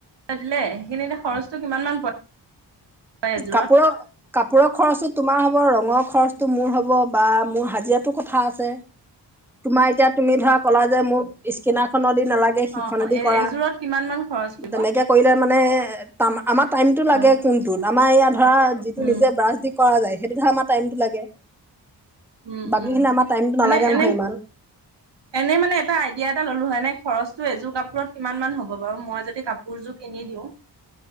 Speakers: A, on the right; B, in the centre.
A: দিলে সেইখিনি এনে খৰচটো কিমান মান পৰে? এযোৰত
B: কাপোৰৰ কাপোৰৰ খৰচো তোমাৰ হ'ব ৰঙৰ। খৰচটো মোৰ হ'ব বা মোৰ হাজিৰাটোৰ কথা আছে তোমাৰ এতিয়া তুমি ধৰা ক'লা যে মোক স্কেনাৰ খনৰ দি। নালাগে সিখনেদি
A: অ
B: কৰা
A: এযোৰত কিমান মান খৰচ পৰিব
B: তেনেকে কৰিলে। মানে তামা। আমাৰ টাইমটো লাগে
A: উম
B: কোন। আমাৰ ইয়াত। ধৰা যিটো
A: উম
B: নিজে ব্ৰাছ দি কৰা যায়। সেইটো ধৰা আমাৰ টাইমটো লাগে।
A: উম
B: বাকীখিনি
A: উম
B: আমাৰ টাইমটো নালাগে
A: এনে এনে
B: নহয় ইমান
A: এনে মানে এটা আইডিয়া এটা ললো হয়নে। খৰচটো এযোৰ কাপোৰত কিমান মান হ'ব বাৰু মই যদি কাপোৰযোৰ কিনি দিওঁ।